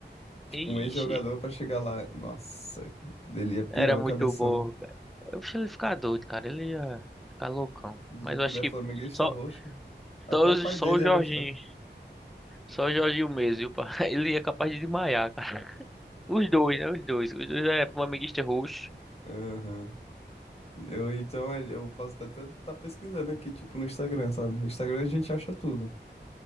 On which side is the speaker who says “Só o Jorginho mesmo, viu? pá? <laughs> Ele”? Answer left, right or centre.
Centre